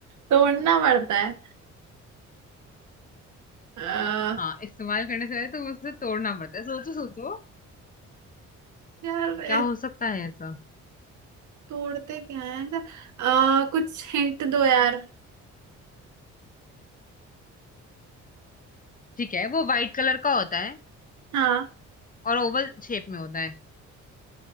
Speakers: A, on the right; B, on the left.
A: तोड़ना पड़ता है आ,
B: हाँ इस्तेमाल करने से पहले तुम्हें उसे तोड़ना पड़ता है सोचो सोचो
A: यार ए,
B: क्या हो सकता है ऐसा
A: तोड़ते क्या है आ, कुछ हिंट दो यार
B: ठीक है वो व्हाइट कलर का होता है
A: हाँ
B: और ओवल शेप में होता है